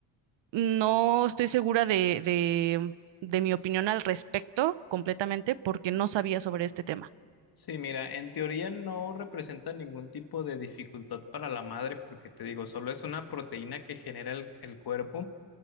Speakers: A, on the right; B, on the left.
A: no estoy segura de, de de mi opinión al respecto completamente porque no sabía sobre este tema.
B: Sí, mira, en teoría no representa ningún tipo de dificultad para la madre, porque te digo, solo es una proteína que genera el, el cuerpo.